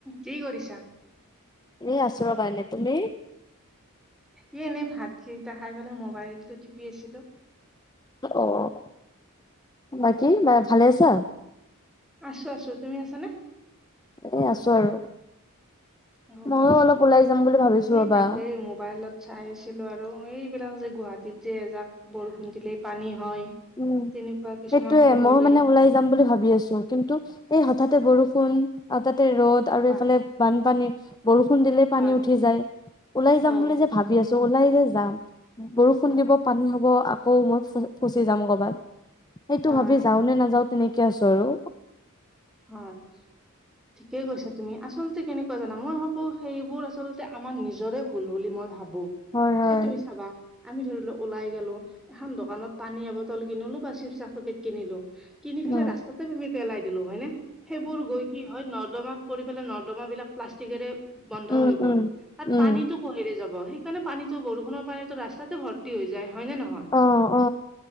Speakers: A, in the centre; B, on the left.
A: কি কৰিছা?
B: এ আছোঁ ৰবা এনে, তুমি?
A: ই এনেই ভাত খৰিটা অহাৰ পেলাই মোবাইলটো টিপি আছিলো <unintelligible>
B: অ' বাকী মায়ে ভালে আছা?
A: আছো আছো তুমি আছানে?
B: এ' আছো আৰু
A: অ',
B: ময়ো অলপ ওলাই যাম বুলি ভাবিছো
A: এই
B: ৰবা।
A: তাকেই মোবাইলত। চাই আছিলো আৰু এইবিলাক যে গুৱাহাটীত যে এজাক বৰষুণ দিলেই পানী হয়।
B: উম,
A: তেনেকুৱা কিছুমান
B: সেইটোয়ে
A: খবৰে
B: মইও মানে ওলাই যাম বুলি ভাবি আছো। কিন্তু এই হঠাতে বৰষুণ, হঠাতে ৰ'দ আৰু
A: কোৱা
B: এইফালে বানপানী। বৰষুণ দিলেই পানী
A: হয়
B: উঠি যায়, ওলাই
A: হয়
B: যাম বুলি যে ভাবি আছো ওলাই যে যাম। বৰষুণ
A: হয়
B: দিব পানী হব, আকৌ মই ফু ফুচি যাম কৰবাত। সেইটো
A: হয়
B: ভাবি যাও নে নাযাও তেনেকে আছো আৰু।
A: হয়। ঠিকেই কৈছা তুমি, আচলতে কেনেকুৱা জানা? মই ভাবো সেইবোৰ আচলতে আমাৰ নিজৰে ভুল বুলি মই ভাবো,
B: হয় হয়
A: এই তুমি চাবা আমি ধৰি ল ওলাই গলো, এখন দোকানত পানী এবটল কিনিলো বা চিপচ চা পেকেট কিনিলো কিনি
B: উম
A: পেলাই ৰাস্তাতে আমি পেলাই দিলো হয়নে? সেইবোৰ গৈ কি হয় নৰ্দমাত পৰি পেলাই নৰ্দমাবিলাক প্লাষ্টিকেৰে বন্ধ
B: উম
A: হৈ গ'ল
B: উম
A: তাত
B: উম
A: পানীটো পোহেৰে যাব সেইকাৰণে পানীটো বৰষুণৰ পানীটো ৰাস্তাতে ভৰ্তি হৈ যায় হয় নে নহয়?
B: অ অ